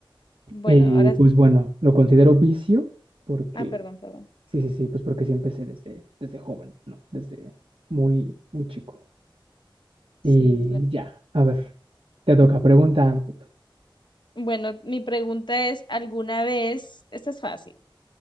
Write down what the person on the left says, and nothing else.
Bueno,
ahora.
s-
Ah, perdón, perdón.
Sí, claro.
Bueno, mi pregunta es: ¿alguna vez, esta es fácil,